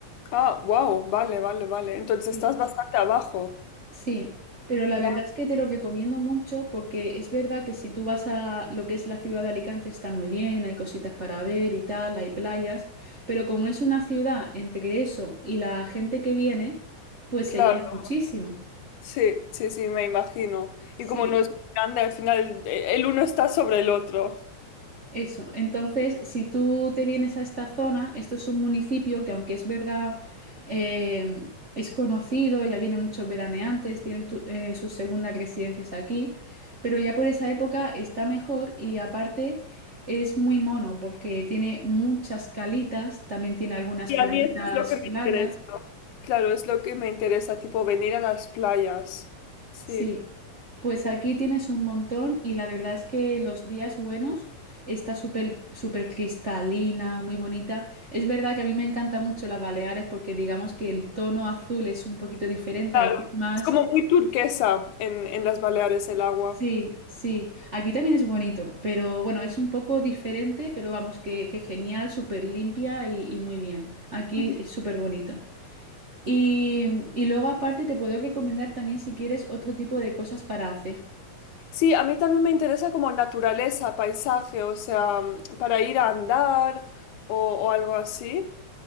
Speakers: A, on the left; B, on the right.
A: Ah, wow, vale, vale, vale. Entonces
B: Sí.
A: estás bastante abajo.
B: Sí, pero la
A: Va,
B: verdad es que te lo recomiendo mucho porque es verdad que si tú vas a lo que es la ciudad de Alicante está muy bien, hay cositas para ver y tal, hay playas, pero como es una ciudad entre eso y la gente que viene, pues
A: claro.
B: se llena muchísimo.
A: Sí, sí, sí, me imagino.
B: Sí.
A: Y como no es muy grande, al final eh, el uno está sobre el otro.
B: Eso, entonces, si tú te vienes a esta zona, esto es un municipio que aunque es verdad, eh, es conocido, ya vienen muchos veraneantes, tienen tu- eh, sus segundas residencias aquí, pero ya por esa época está mejor y aparte es muy mono porque tiene muchas calitas, también tiene algunas
A: Y
B: playitas
A: a mí esto es lo que me
B: largas,
A: interesa. Claro, es lo que me interesa, tipo venir a las playas. Sí,
B: sí, Pues aquí tienes un montón y la verdad es que los días buenos está súper súper cristalina, muy bonita. Es verdad que a mí me encanta mucho las Baleares porque digamos que el tono azul es un poquito diferente,
A: claro.
B: aquí es más...
A: Es como muy turquesa en, en las Baleares el agua.
B: Sí, sí, aquí también es bonito, pero bueno, es un poco diferente, pero vamos, que, que genial, súper limpia y, y muy bien. Aquí
A: Ujú.
B: es súper bonito. Y, y luego aparte te puedo recomendar también si quieres otro tipo de cosas para hacer.
A: Sí, a mí también me interesa como naturaleza, paisaje, o sea, mm, para ir a andar o, o algo así.